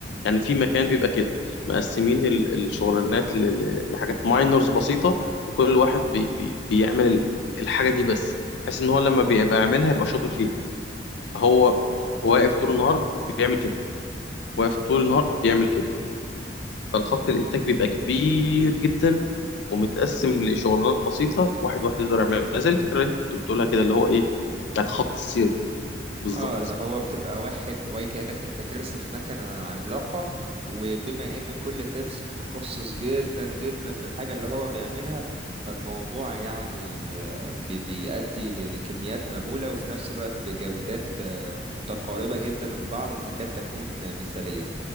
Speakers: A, on the left (about 70°); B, on the right (about 35°).
A: يعني في مكان بيبقى كده مقسمين ال- الشغلانات ل- ل- لحاجات ماينرز بسيطة وكل واحد بي... بي... بيعمل ال- الحاجة دي بس بحيث ان هو لما بيبقى يعملها يبقى شاطر فيها فهو واقف طول النهار بيعمل كده واقف طول النهار بيعمل كده فالخط الانتاج بيبقى كبير جدا ومتقسم لشغلانات بسيطه واحد واحد يقدر يعملها زي الفكره اللي انت كنت بتقولها كده اللي هو ايه بتاعت خط السير دي بالظبط
B: اه اللي هو بتبقى واحد وهي كأنك انت ترس في مكنة عملاقة وبما ان كل ترس متخصص جدا جدا في الحاجة اللي هو بيعملها فالموضوع يعني آه، بي- بيؤدي ل- لكميات مهولة وفي نفس الوقت بجودات آه، متقاربة جدا من بعض تكاد تكون مثالية